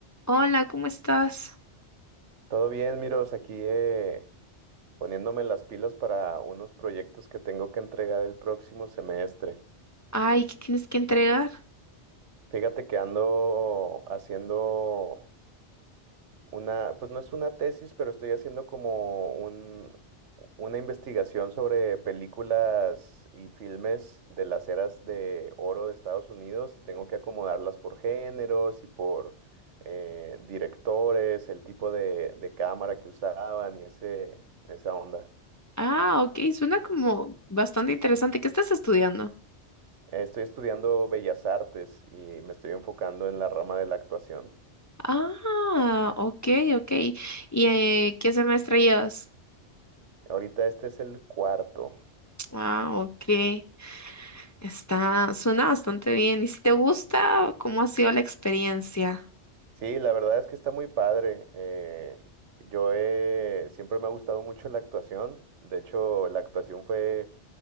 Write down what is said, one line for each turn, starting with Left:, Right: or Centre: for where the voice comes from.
Left: Hola, ¿cómo estás?
Right: Todo bien, Miros, aquí eh, poniéndome las pilas para unos proyectos que tengo que entregar el próximo semestre.
Left: Ay, ¿qué tienes que entregar?
Right: Fíjate que ando haciendo una, pues no es una tesis, pero estoy haciendo como un, una investigación sobre películas y filmes de las eras de oro de Estados Unidos y tengo que acomodarlas por géneros y por eh, directores, el tipo de, de cámara que usaban y ese, esa onda.
Left: Ah, ok, suena como bastante interesante. ¿Qué estás estudiando?
Right: Eh, Estoy estudiando Bellas Artes y me estoy enfocando en la rama de la actuación.
Left: Ah, ok, ok. ¿Y eh, qué semestre llevas?
Right: Ahorita este es el cuarto.
Left: Ah, ok. Está, suena bastante bien. ¿Y si te gusta, cómo ha sido la experiencia?
Right: Sí, la verdad es que está muy padre. eh, yo he- siempre me ha gustado mucho la actuación. De hecho, la actuación fue